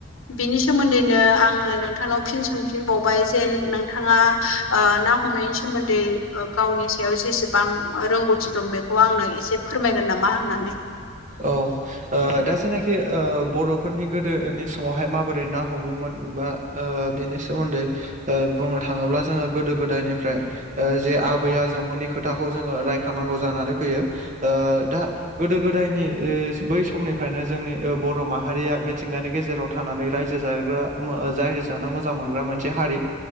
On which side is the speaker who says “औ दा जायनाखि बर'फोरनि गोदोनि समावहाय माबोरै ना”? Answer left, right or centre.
Right